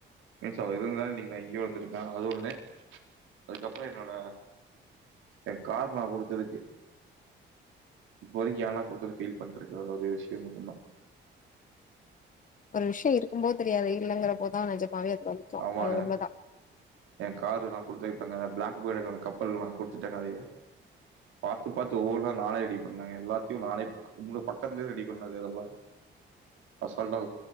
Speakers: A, on the right; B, on the left.
A: மீன்ஸ் அவர் இருந்தாலே இன்னைக்கு நான் இங்க வந்திருக்கன் அது ஒன்னு அதுக்கப்புறம் என்னோட எ கார் நா குடுத்ததுக்கு இப்போ வரைக்கு ஏன்டா குடுத்தே ஃபீல் பண்ணிட்டு இருக்க ஒரே விஷயோ அது மட்டும்தா
B: ஒரு விஷயோ இருக்கு போது தெரியாது இல்லங்கிறபோ போது நிஜமாவே வலிச்சு
A: ஆமாங்க.
B: அது உண்மைதா
A: என் காரு நா குடுத்ததுக்கு இப்பதா பிளாக் பேர்ல் கப்பல் எல்லா குடுத்துட்டாங்க அதையு பாத்து பாத்து ஒவ்வொன்னா நானே ரெடி பண்ணுங்க எல்லாத்தையு நானே உங்களுக்கு பக்கத்துலயே ரெடி பண்ணுனது இதெல்லா அசால்ட்டா கு